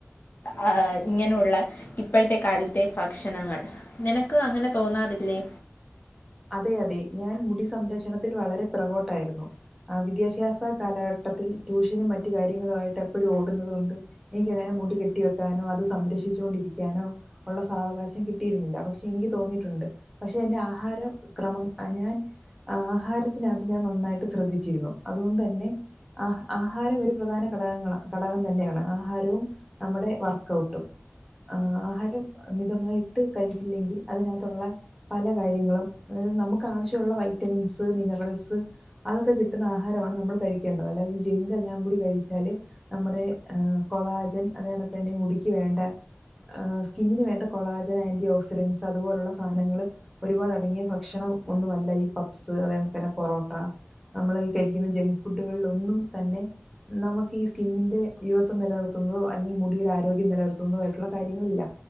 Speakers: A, on the left; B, in the centre.
A: ആ ഇങ്ങനെയുള്ള ഇപ്പഴത്തെ കാലത്തെ ഭക്ഷണങ്ങൾ നിനക്ക് അങ്ങനെ തോന്നാറില്ലേ
B: അതെ അതെ ഞാൻ മുടി സംരക്ഷണത്തിൽ വളരെ പിറകോട്ടായിരുന്നു ആ വിദ്യാഭ്യാസ കാലഘട്ടത്തിൽ ട്യൂഷനും മറ്റു കാര്യങ്ങളുയിട്ട് എപ്പഴും ഓടുന്നത് കൊണ്ട് എനിക്കങ്ങനെ മുടി കെട്ടി വെക്കാനോ അത് സംരക്ഷിച്ചു കൊണ്ടിരിക്കാനോ ഉള്ള സാവകാശം കിട്ടിയിരുന്നില്ല പക്ഷെ എനിക്ക് തോന്നിയിട്ടുണ്ട് പക്ഷെ എന്റെ ആഹാരം ക്രമം ഞാൻ ആഹാരത്തിനകത്ത് ഞാൻ നന്നായിട്ട് ശ്രദ്ധിച്ചിരുന്നു അതുകൊണ്ട് തന്നെ ആ ആഹാരം ഒരു പ്രധാന ഘടകങ്ങള ഘടകം തന്നെയാണ് ആഹാരവും നമ്മുടെ വർക്കഔട്ടും ആഹാരം മിതമായിട്ട് കഴിച്ചില്ലെങ്കിൽ അതിനകത്തുള്ള പല കാര്യങ്ങളും അത് നമുക്ക് ആവശ്യമുള്ള വൈറ്റമിൻസ് മിനറൽസ് അതൊക്കെ കിട്ടുന്ന ആഹാരമാണ് നമ്മൾ കഴിക്കേണ്ടത് അല്ലാത ഈ ജെങ്കെല്ലാം കൂടി കഴിച്ചാല് നമ്മുടെ ആഹ് കൊളാജൻ അത്കണക്ക് തന്നെ മുടിക്ക് വേണ്ട ആഹ് സ്കിന്നിന് വേണ്ട കൊളാജൻ ആന്റി ഓക്സിഡന്റ്സ് അതുപോലുള്ള സാധനങ്ങള് ഒരുപാട് അടങ്ങിയ ഭ ക്ഷണം ഒന്നുവല്ല ഈ പപ്പ്സ് അത് കണക്കന്നെ പൊറോട്ട നമ്മളീ കഴിക്കുന്ന ജങ്ക് ഫുഡുകളിൽ ഒന്നും തന്നെ നമുക്ക് ഈ സ്കിന്നിന്റെ യുവത്വം നിലനിർത്തുന്നതോ അല്ലെങ്കിൽ മുടിയുടെ ആരോഗ്യം നിലനിർത്തുന്നതോ ആയിട്ടുള്ള കാര്യങ്ങളില്ല